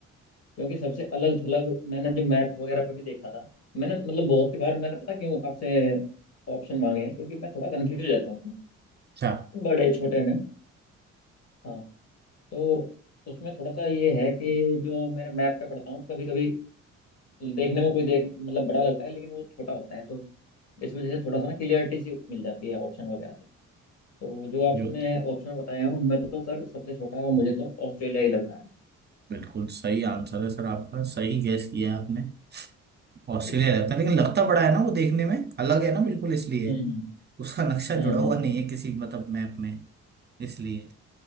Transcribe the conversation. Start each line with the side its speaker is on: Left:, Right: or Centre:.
Left: क्योंकि सबसे अलग थलग मैंने जो मैप वगैरह पे भी देखा था मैंने मतलब बहुत सी बार मैंने पता क्यों आपसे ऑप्शन मांगे हैं क्योंकि मैं थोड़ा कंफ्यूज रहता हूँ उसमें
Right: अच्छा
Left: बड़े छोटे में हाँ तो उसमें थोड़ा सा ये है कि जो मैंने मैप पे पढ़ता हूँ कभी कभी देखने में कोई देख मतलब बड़ा लगता है लेकिन वो छोटा होता है तो इस वजह से थोड़ा सा ना क्लियरिटी सी मिल जाती है ऑप्शन वगैरह से तो जो आपने
Right: ये तो
Left: ऑप्शन बताया है उनमें तो सर सबसे छोटा मुझे तो ऑस्ट्रेलिया ही लग रहा है
Right: बिल्कुल सही आंसर है सर आपका सही गैस किया है आपने ऑस्ट्रेलिया
Left: जी
Right: लगता है लेकिन लगता बड़ा है ना वो देखने में अलग है ना बिल्कुल इसलिए
Left: हम्म हम्म
Right: उसका नक्शा
Left: हम्म
Right: जुड़ा हुआ
Left: हम्म,
Right: नहीं
Left: हम्म।
Right: है किसी मतलब मैप में इसलिए